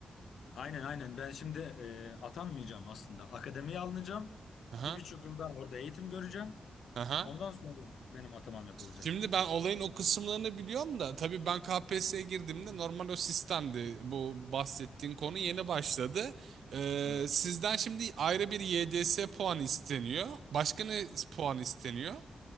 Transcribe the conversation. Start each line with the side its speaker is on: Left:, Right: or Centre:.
Left: Aynen aynen ben şimdi e, atanmayacağım aslında. Akademiye alınacağım.
Right: Aha.
Left: Bir buçuk yıl daha orada eğitim göreceğim.
Right: Aha.
Left: Ondan sonra benim atamam yapılacak.
Right: Şimdi ben olayın o kısımlarını biliyorum da tabii ben KPSS'ye girdiğimde normal o sistemdi. Bu bahsettiğin konu yeni başladı. Ee,
Left: Evet.
Right: sizden şimdi ayrı bir YDS puan isteniyor. Başka ne puan isteniyor?